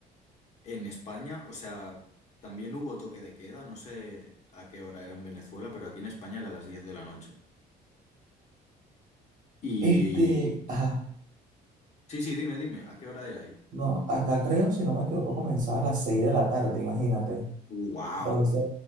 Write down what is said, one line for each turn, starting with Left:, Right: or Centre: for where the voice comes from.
Left: en España, o sea, también hubo toque de queda, no sé a qué hora era en Venezuela, pero aquí en España era a las 10 de la noche. Y...
Right: Este, ajá,
Left: Sí, sí, dime, dime, ¿a qué hora era ahí?
Right: no, acá creo, si no me equivoco, comenzaba a las 6 de la tarde, imagínate.
Left: Wow.
Right: Entonces,